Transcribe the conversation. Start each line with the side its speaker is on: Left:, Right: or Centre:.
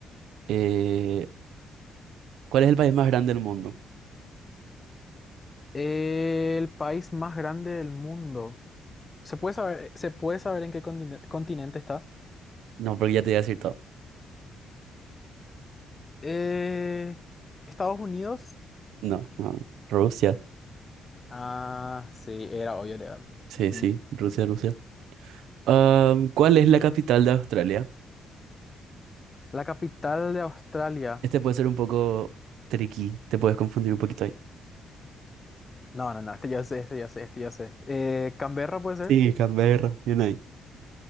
Right: eh, ¿cuál es el país más grande del mundo?
Left: El país más grande del mundo. ¿Se puede saber, se puede saber en qué continen- continente está?
Right: No, porque ya te voy a decir todo.
Left: Eh, Estados Unidos,
Right: No, no. Rusia.
Left: Ah, sí, era obvio legalmente.
Right: Sí,
Left: Mm.
Right: sí, Rusia, Rusia. Am, ¿cuál es la capital de Australia?
Left: la capital de Australia.
Right: Este puede ser un poco tricky, te puedes confundir un poquito ahí.
Left: No, no, no, este ya sé, este ya sé, este ya sé. Eh, Canberra puede ser.
Right: Sí, Canberra, bien ahí.